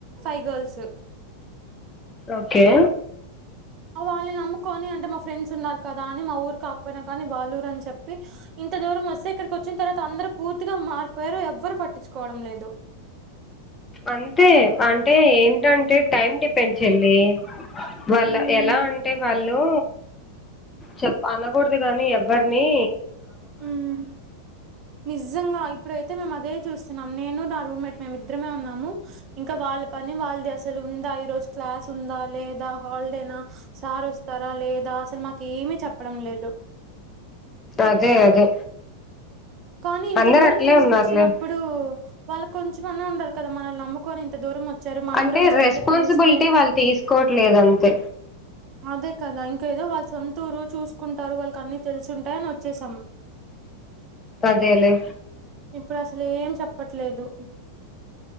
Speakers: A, on the right (about 35°); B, on the left (about 15°).
A: five girls
B: okay
A: ఆ వాళ్లని నమ్ముకొని అంటే మా ఫ్రెండ్స్ ఉన్నారు కదా అని మా ఊరు కాకపోయినా కానీ వాళ్ల ఊరు అని చెప్పి ఇంత దూ దూరం వస్తే ఇక్కడికి వచ్చిన తరువాత అందరూ పూర్తిగా మారిపోయారు ఎవ్వరు పట్టించుకోవడం లేదు
B: అంతే అంటే ఏంటంటే టైమ్ డిపెండ్ చెల్లి వాళ్ల
A: హ్మ్
B: ఎలా అంటే వాళ్లు చెప్ప అనకూడదు గాని ఎవ్వరిని
A: హుమ్ నిజంగా ఇప్పుడై తే మేము అదే చూస్తున్నాం నేను నా రూమ్ మేట్ మేము ఇద్దరమే ఉన్నాము ఇంకా వాళ్ల పని వాళ్లు చేస్ అసలు ఉందా ఈ రోజు క్లాస్ ఉందా లేదా హాలిడేనా సార్ వస్తారా లేదా అసలు మాకు ఏం ఏమి చెప్పడం లేదు
B: అదే అదే
A: కానీ ఇంత
B: అందరు
A: దూరం
B: అట్లే
A: తీసుకొచ్చినప్పుడు
B: ఉన్నారులే
A: వాళ్ళ కొంచంమన్నా ఉండాల కదా మనల్ని నాముకోని ఇంత దూరం వచ్చారు మన
B: అంటే
A: ఊరని చెప్తే
B: రెస్పాన్సిబిలిటీ
A: పిలిస్తే
B: వాళ్ళు తీసుకోవట్లేదు అంతే
A: అదే కదా ఇంకా ఏదో వాళ్ళు సొంత ఊరు చూసుకుంటారు వాళ్ళకి అన్ని తెలుసుంటాయ అని వచ్చేసాం
B: అదేలేే
A: ఇప్పుడు అసలు ఏం చెప్పట్లేదు